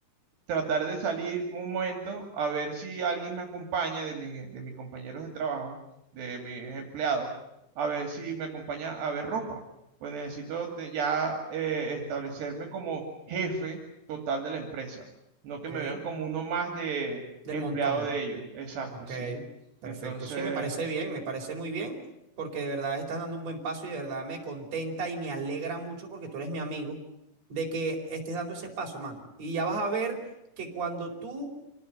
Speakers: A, on the right; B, on the right.
A: tratar de salir un momento a ver si alguien me acompaña de, mi- de mis compañeros de trabajo, de mis empleados, a ver si me acompaña a ver ropa. Pues necesito de- ya eh, establecerme como jefe total de la empresa, no
B: ok,
A: que me vean como uno más de
B: del
A: empleado
B: montón.
A: de ellos. Exacto,
B: Ok,
A: sí.
B: perfecto.
A: Entonces...
B: Sí, me parece bien, me parece muy bien, porque de verdad estás dando un buen paso y de verdad me contenta y me alegra mucho porque tú eres mi amigo de que estés dando ese paso, mano. Y ya vas a ver que cuando tú